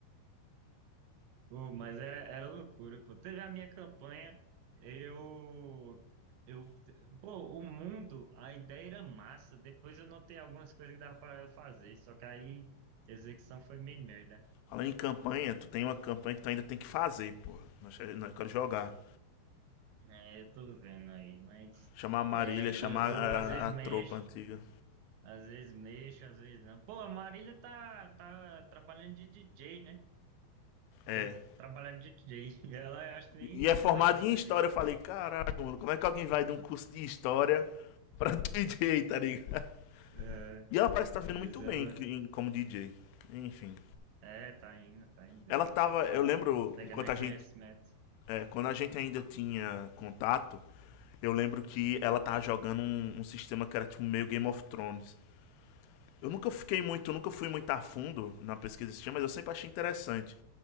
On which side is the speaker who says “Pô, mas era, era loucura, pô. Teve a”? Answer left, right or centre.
Right